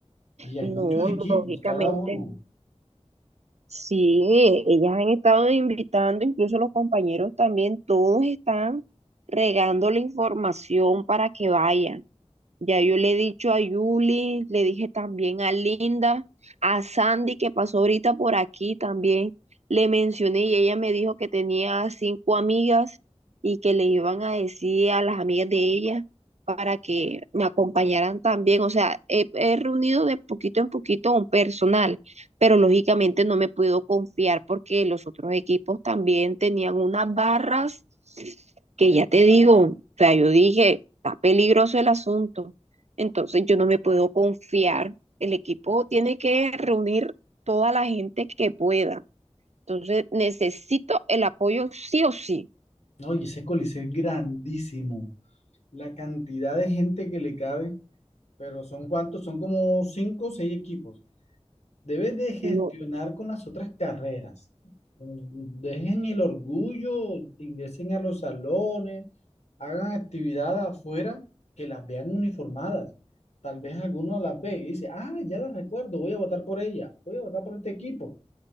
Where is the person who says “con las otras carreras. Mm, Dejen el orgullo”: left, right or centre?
Left